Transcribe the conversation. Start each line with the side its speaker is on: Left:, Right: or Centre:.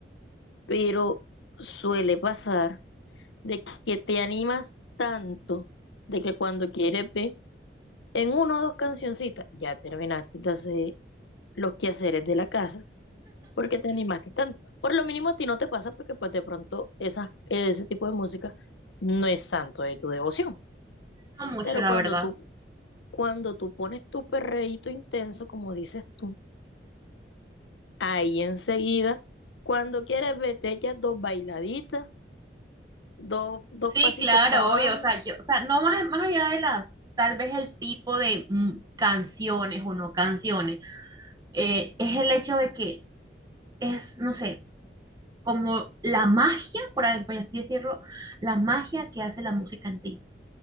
Left: pero suele pasar de que te animas tanto de que cuando quieres ver En uno o dos cancioncitas ya terminaste de hacer los quehaceres de la casa porque te animaste tanto. Por lo mínimo a ti no te pasa porque pues de pronto esas, ese tipo de música no es santo de tu devoción.
Right: No mucho,
Left: Pero
Right: la
Left: cuando
Right: verdad.
Left: tú, cuando tú pones tu perreíto intenso, como dices tú, ahí enseguida, cuando quieres ver, te echas dos bailaditas, dos, dos
Right: Sí,
Left: pasitos
Right: claro,
Left: para abajo,
Right: obvio, o sea, yo, o sea, no más, más allá de las, tal vez el tipo de mm, canciones o no canciones, eh, es el hecho de que es, no sé, como la magia, por a- por así decirlo, la magia que hace la música en ti.